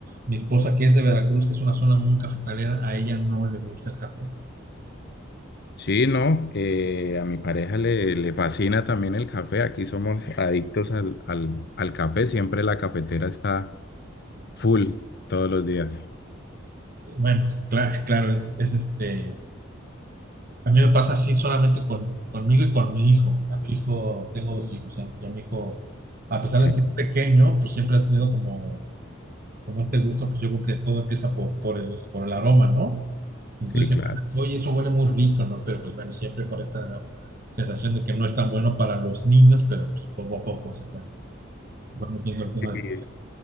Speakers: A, on the right (about 50°); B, on the left (about 55°).
A: mi esposa, que es de Veracruz, que es una zona muy cafetalera, a ella no le gusta el café.
B: Sí, no, eh, a mi pareja le, le fascina también el café. Aquí somos adictos al, al, al café, siempre la cafetera está full todos los días.
A: Bueno, claro, claro, es, es este... A mí me pasa así solamente con, conmigo y con mi hijo. A mi hijo, tengo dos hijos, y y a mi hijo, a pesar
B: Sí,
A: de que es pequeño, pues siempre ha tenido como como este gusto, pues yo creo que todo empieza por, por el, por el aroma, ¿no? Entonces
B: sí,
A: siempre,
B: claro.
A: me dicen, oye, eso huele muy rico, ¿no? Pero pues bueno, siempre con esta sensación de que no es tan bueno para los niños, pero pues poco a poco se fue fue metiendo el tema.
B: Sí.